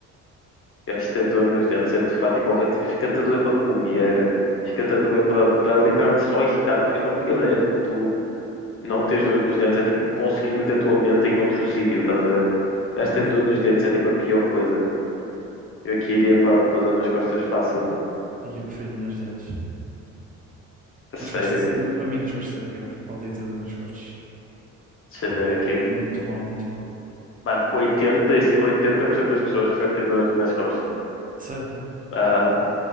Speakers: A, on the left; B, on the right.
A: Eu acho que ter dor nos dentes é de fato tipo horrível. Tipo, fica-te a doer para comer, fica-te a doer para para literalmente só irritar. Porque a única maneira de tu não teres dor nos dentes é tipo conseguir meter a tua mente em outro sítio, estás a ver? Acho
B: Aham.
A: que ter dor nos dentes é tipo a pior coisa. Eu aqui iria para para dor nas costas fácil.
B: E eu prefiro nas dentes.
A: A sério.
B: Nas costas, é- na- para mim, nas costas é pior. Odeio ter dor nas costas.
A: Deixa
B: Tipo,
A: eu ver
B: é,
A: aqui.
B: é muito mal, muito mal.
A: Mano, oitenta e- 80% das pessoas preferem ter dor nas costas.
B: Sério?
A: Aham.